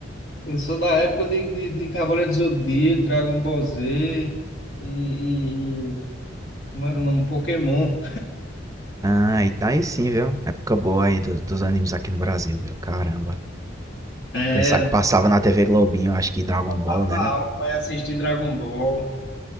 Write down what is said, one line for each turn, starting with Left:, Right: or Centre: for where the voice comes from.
Left: Eu sou da época de, de, de Cavaleiro do Zodíaco, Dragon Ball Z e, e, e- como era o nome? Pokémon.
Right: Ah, e tá aí sim, viu? Época boa aí do- dos animes aqui no Brasil, viu? Caramba.
Left: Era,
Right: Pensar que passava na TV Globinho, acho que Dragon Ball,
Left: tava
Right: né?
Left: aula para assistir Dragon Ball.